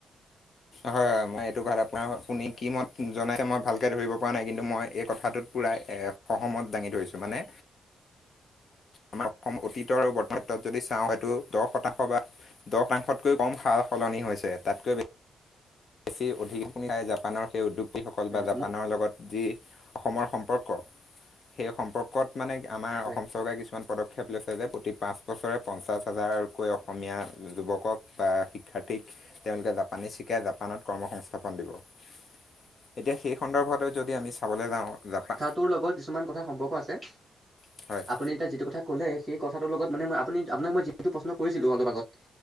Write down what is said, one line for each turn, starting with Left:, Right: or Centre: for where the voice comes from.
Left: হয় হয় মই এইটো কথাত আপোনাৰ আপুনি কি মত জনাইছে মই ভালকে ধৰিব পৰা নাই কিন্তু মই এই কথাটোত পুৰা এসহমত দাঙি ধৰিছোঁ মানে আমাৰ অসম অতীতৰ আৰু বৰ্তমানত যদি চাওঁ হয়টো দহ শতাংশ বা দহ তাংশতকৈ কম সাল সলনি হৈছে। তাতকৈ বে বেছি অধিক <unintelligible> জাপানৰ সেই উদ্যোগীসকল
Right: উম
Left: বা জাপানৰ
Right: ম
Left: লগত যি অসমৰ সম্পৰ্ক, সেই সম্পৰ্কত মানে আমাৰ
Right: হয়
Left: অসম চৰকাৰে কিছুমান পদ ক্ষেপ লৈছে যে, প্ৰতি পাঁচ বছৰে পঞ্চাছ হাজাৰকৈ অসমীয়া যুৱকক বা শিক্ষাৰ্থীক তেওঁলোকে জাপানীজ শিকাই জাপানত কৰ্মসংস্থাপন দিব। এতিয়া সেই সন্দৰ্ভলৈ যদি আমি চাবলৈ যাওঁ, জাপা
Right: তোৰ লগত কিছুমান কথা সম্পৰ্ক আছে।
Left: হয়।
Right: আপুনি এতিয়া যিটো কথা ক'লে, সেই কথাটোৰ লগত মানে মই আপুনি আপোনাক মই যিটো প্ৰশ্ন কৰিছিলোঁ অলপ আগত